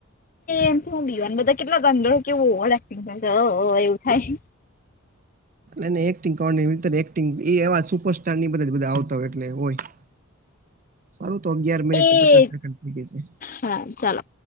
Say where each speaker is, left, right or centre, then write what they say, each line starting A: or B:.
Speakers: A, on the left; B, on the right.
A: એ એનથી હું બીવાનું બધા કેટલા ગંદરો કેવું ઓવરએક્ટિંગ કરે એવું થાય
B: એને એક્ટિંગ કરવાની એક્ટિંગ એ એવા સુપરસ્ટારની બધા બધા આવતા હોય એટલે હોય. સારું તો અગિયાર મિનિટ
A: એ
B: ને પચાસ સેકન્ડ થઈ ગઈ છે.
A: હા ચાલો.